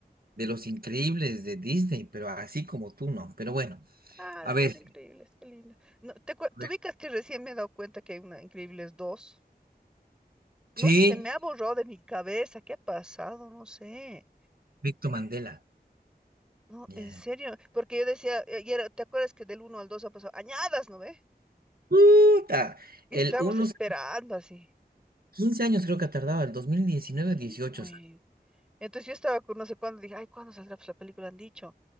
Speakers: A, on the right (about 65°); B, in the centre.
A: de Los Increíbles de Disney, pero así como tú no. Pero bueno,
B: Ah,
A: a
B: de los
A: ver.
B: increíbles. Qué lindo. No, ¿te, acue- te
A: a ver.
B: ubicas que recién me he dado cuenta que hay una Increíbles dos.
A: Sí,
B: No sé, se me ha borrado de mi cabeza. ¿Qué ha pasado? No sé.
A: Víctor Mandela.
B: No,
A: Ya.
B: en serio. Porque yo decía, eh, y era- ¿te acuerdas que del uno al 2 han pasado añadas, ¿no ve?
A: Puta.
B: Y
A: El
B: estábamos
A: unos
B: Sí. esperando así.
A: 15 años creo que ha tardado, el dos mil diecinueve
B: Sí,
A: o
B: pues.
A: sea.
B: Entonces yo estaba con no sé cuándo, dije, ay, ¿cuándo saldrá pues, la película? Han dicho.